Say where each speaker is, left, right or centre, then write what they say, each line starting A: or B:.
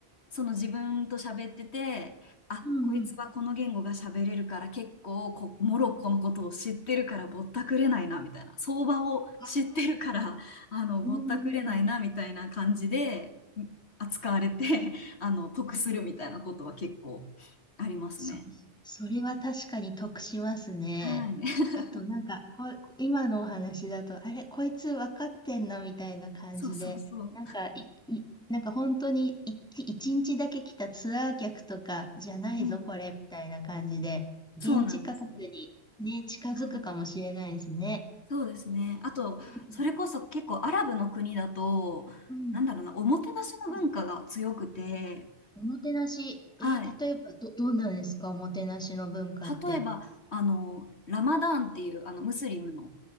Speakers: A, on the left; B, in the centre.
A: その自分と喋ってて、あ、
B: うんうん。
A: こいつはこの言語が喋れるから結構こ、モロッコのことを知ってるからぼったくれないな、みたいな。相場を知ってるから、
B: ああ
A: あの、ぼったくれないな、
B: うんうん。
A: みたいな感じでん扱われて、<laughs> あの、得するみたいなことは結構ありますね。
B: うんうんそ、それは確かに得しますね。
A: はい。
B: あとなんか、
A: <laughs>
B: こう、今のお話だと、あれ、こいつ分かってんなみたいな感じで、
A: そうそうそう。
B: なんか、い、い、なんか本当に一気一日だけ来たツアー客とかじゃないぞ、
A: うん。
B: これ、みたいな感じで、現地価格にね、
A: そうなんですよ。
B: 近づくかもしれないですね。
A: はいそうですね。あと、
B: うん、
A: それこそ結構アラブの国だと、
B: うん、
A: なんだろうな、おもてなしの文化が強くて、
B: うんおもてなし、
A: はい。
B: えー、例えばど、どうなんですか、おもてなしの文化って。
A: 例えば、あの、ラマダーンっていう、あの、ムスリムの